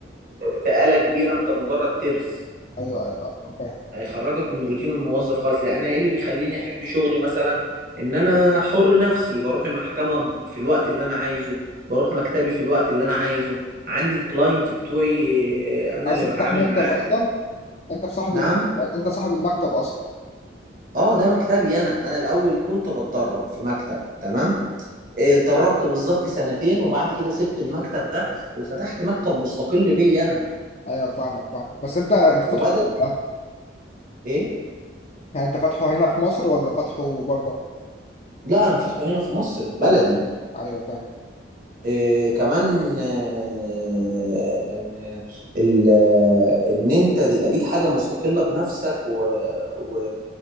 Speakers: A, on the right; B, on the left.
A: في آلة كبيرة انت مجرد ترس
B: ايوه ايوه ايوه فاهم
A: هيخرجك من روتين الموظف خالص لا انا ايه اللي بيخليني احب شغلي مثلا ان انا حر نفسي بروح المحكمه في الوقت اللي انا عايزه بروح مكتبي في الوقت اللي انا عايزه عندي الكلاينت بتوعي آه،
B: أنت
A: انا
B: اصلا
A: اللي بتعامل
B: فتح مكتب
A: معاهم
B: اصلا انت صاحب
A: نعم
B: المكتب انت صاحب المكتب اصلا
A: اه ده مكتبي انا انا الاول كنت بتدرب في مكتب تمام آه، اتدربت بالظبط سنتين وبعد كده سبت المكتب ده وفتحت مكتب مستقل بي انا
B: ايوه فاهمك فاهمك بس انت انت فاتحه
A: وبدأ
B: فين؟
A: ايه
B: يعني انت فاتحه هنا في مصر ولا فاتحه بره
A: لا انا فاتحه هنا في مصر في بلدي
B: اه ايوه فاهم
A: إيه كمان آه، آه، ال- آه، ان انت يبقى ليك حاجه مستقله بنفسك و... و...